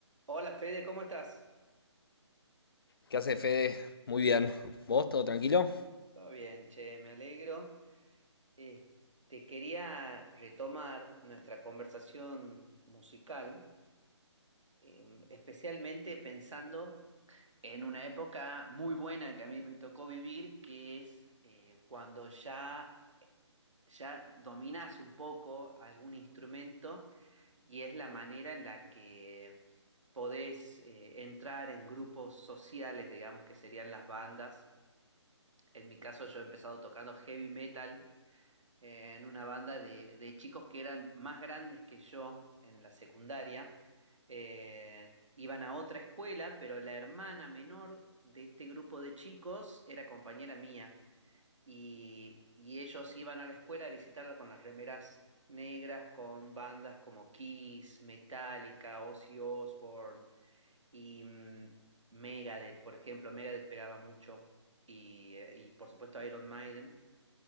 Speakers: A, on the right; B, on the left.
A: Hola Fede, ¿cómo estás?
B: ¿Qué hace Fede? Muy bien. ¿Vos todo tranquilo?
A: Todo bien, che, me alegro. Eh, te quería retomar nuestra conversación musical, eh, especialmente pensando en una época muy buena que a mí me tocó vivir, que es eh, cuando ya, ya dominás un poco algún instrumento y es la manera en la que podés eh, entrar en grupos sociales, digamos que serían las bandas En mi caso yo he empezado tocando heavy metal eh, en una banda de, de chicos que eran más grandes que yo en la secundaria. Eh, iban a otra escuela, pero la hermana menor de este grupo de chicos era compañera mía. Y, y ellos iban a la escuela a visitarla con las remeras negras, con bandas como Kiss, Metallica, Ozzy Osbourne, y mm, Megadeth, por ejemplo, Megadeth pegaba mucho. Y, eh, y por supuesto Iron Maiden,